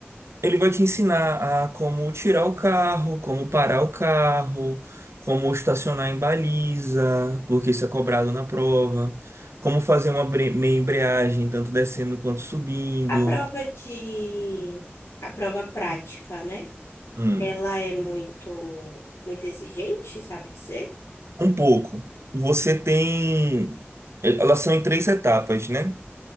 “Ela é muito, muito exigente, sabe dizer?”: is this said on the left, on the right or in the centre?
Left